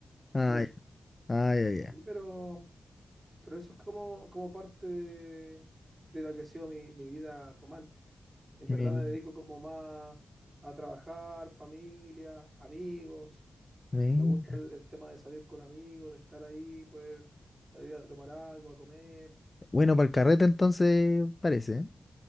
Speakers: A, on the left (about 20°); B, on the right (about 30°).
A: Ay,
B: mucho.
A: ay, ay, ay.
B: Sí, pero, pero eso es como, como parte de, de lo que ha sido mi, mi vida romántica. En
A: Mi-
B: verdad me dedico como más a trabajar, familia, amigos.
A: mi-
B: Me gusta el, el tema de salir con amigos, de estar ahí, poder salir a tomar algo, a comer.
A: Bueno, para el carrete entonces parece.